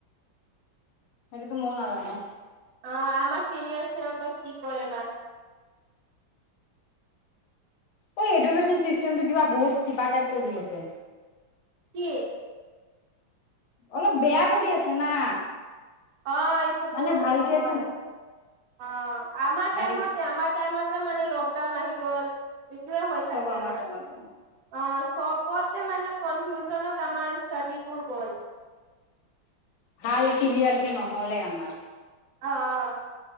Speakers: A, on the left; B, on the right.
A: সেইটো ম‌য়ো নাজানো।
B: অঁ আমাৰ চিনিয়ৰ সিহঁতক কি কৰে বা।
A: এই এডুকেশ্যন চিষ্টেমটো কিবা বহুত কিবা টাইপ কৰি আছে।
B: কি?
A: অলপ বেয়া কৰি আছে না।
B: অ এইটো
A: মানে
B: বহুত
A: ভালকে
B: হয়,
A: একো
B: অঁ আমাৰ
A: ভাল
B: টাইমতে আমাৰ- টাইমত মানে লকডাউন আহি গ'ল, এইটোয়ে হৈ
A: চব
B: থাকে আমাৰ-
A: টাইমতে
B: অঁ চবতে মানে কনফিউজনত আমাৰ ষ্টডিবোৰ গ'ল।
A: ভাল ক্লিয়াৰ কে নহ'লে আমাৰ।
B: অঁ অঁ